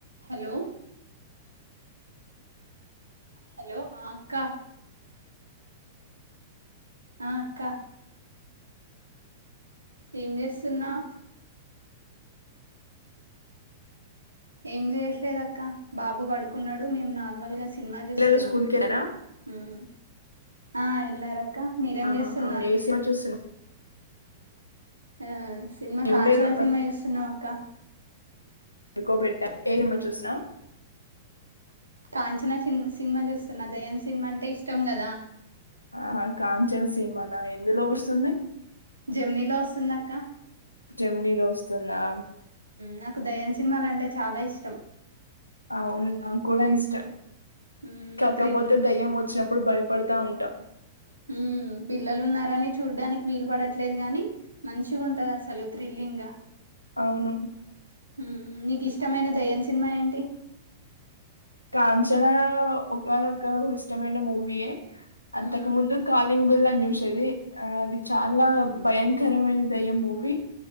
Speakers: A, on the right; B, on the left.
A: హలో హలో ఆ అక్క ఆ అక్క ఏం చేస్తున్నావ్ ఏం చేయట్లేదక్క బాబు పడుకున్నాడు మేం నార్మల్ గా సి సినిమా చూస్తున్నాం
B: పిల్లలు స్కూల్ కి వెళ్ళారా
A: హ్మ్ అ ఎల్లార క్క మీరేం
B: ఆహా
A: చేస్తున్నారు
B: అవును ఏ సినిమా చూస్తున్నావ్
A: ఆ సినిమా
B: ఏం
A: కాంచన
B: లేదు
A: సినిమా చూస్తున్నాం అక్క
B: పడుకోబెట్టా ఏ మూవీ చూసావ్
A: కాంచన సినిమా చూస్తున్న దెయ్యం సినిమా అంటే ఇష్టం కదా
B: ఆహా కాంచన సినిమాన ఎందులో వస్తుంది
A: జమినీలో వస్తుంది అక్క
B: జమినీలో వస్తుందా
A: నాకు దయ్యం సినిమాలు అంటే చాలా ఇష్టం
B: అవును నాకు కూడా ఇష్టం
A: మ్
B: కాకపోతే
A: థ్రిల్
B: దయ్యం వచ్చినప్పుడు అప్పుడు భయపడతా ఉంటాం
A: ఉ ఉ పిల్లలు ఉన్నారని చూడ్డానికి వీలు పడట్లేదు గాని మంచిగా ఉంటది అసలు థ్రిల్లింగ్ గా
B: అవును
A: ఉ నీకు ఇష్టమైన దయ్యం సినిమా ఏంటి
B: కాంచనా ఒక్కనొక్క ఇష్టమైన మూవీ ఎ అంతక
A: మ్
B: ముందు కాలింగ్ బెల్ అని చూసిన వచ్చేది ఆ అది చాలా భయంకరమైన దయ్యం మూవీ